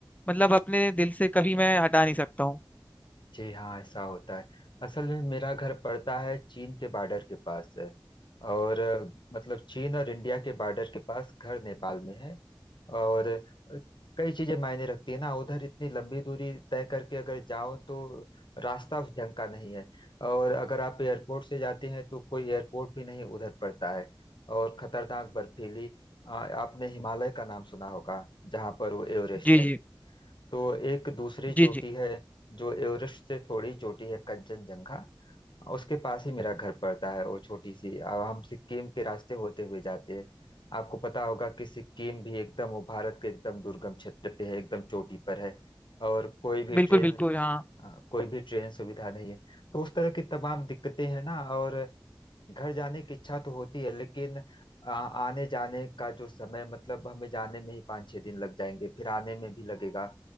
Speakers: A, on the left; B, on the left.
A: मतलब अपने दिल से कभी मैं हटा नहीं सकता हूँ
B: जी हाँ ऐसा होता है असल में मेरा घर पड़ता है चीन के बॉर्डर के पास है और अ, मतलब चीन और इंडिया के बॉर्डर के पास घर नेपाल में है और अ, कई चीजें मायने रखती है ना उधर इतनी लंबी दूरी तय करके अगर जाओ तो रास्ता उस ढंग का नहीं है और अगर आप एयरपोर्ट से जाते हैं तो कोई एयरपोर्ट भी नहीं उधर पड़ता है और खतरनाक बर्फीली अ, आपने हिमालय का नाम सुना होगा जहाँ पर वो एवरेस्ट
A: जी
B: है
A: जी
B: तो एक दूसरी चोटी
A: जी जी
B: है जो एवरेस्ट से थोड़ी छोटी है कंचनजंघा उसके पास ही मेरा घर पड़ता है वो छोटी सी अब हम सिक्किम के रास्ते होते हुए जाते हैं आपको पता होगा कि सिक्किम भी एकदम वो भारत के एकदम दुर्गम क्षेत्र पे है एकदम चोटी पर है और कोई भी
A: बिल्कुल
B: ट्रेन
A: बिल्कुल हाँ
B: अ, कोई भी ट्रेन सुविधा नहीं है तो उस तरह की तमाम दिक्कतें हैं ना और घर जाने की इच्छा तो होती है लेकिन आ, आने जाने का जो समय मतलब हमें जाने में ही पाँच छः दिन लग जाएंगे फिर आने में भी लगेगा